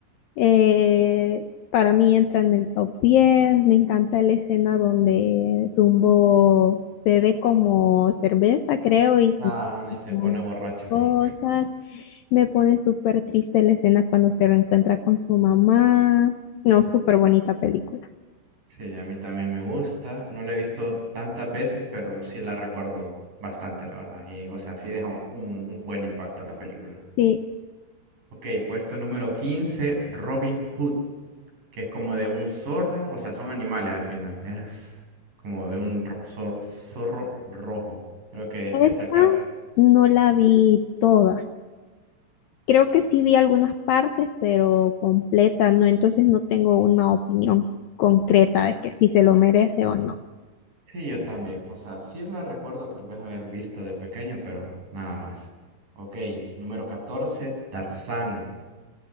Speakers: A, on the left (about 80°); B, on the right (about 45°).
A: eh, para mí entra en el top diez Me encanta la escena donde Dumbo bebe como cerveza, creo, y se
B: Ajá,
A: encuentran
B: y se pone borracho, sí.
A: cosas. Me pone súper triste la escena cuando se reencuentra con su mamá. No,
B: Mm.
A: súper bonita película.
B: Sí, a mí también me gusta. No la he visto tantas veces, pero sí la recuerdo bastante, la verdad. Y, o sea, sí deja un, un buen impacto la película.
A: Sí,
B: Ok, puesto número quince Robin Hood, que es como de un zorro, o sea, son animales al final. Es como de un ro- zor- zorro rojo. Creo que esta
A: esta
B: casa.
A: no la vi toda. Creo que sí vi algunas partes, pero completa, no, entonces no tengo una opinión concreta de que si se lo merece o no.
B: Sí, yo también. O sea, sí la recuerdo tal vez haber visto de pequeño, pero nada más. Ok, número catorce Tarzán.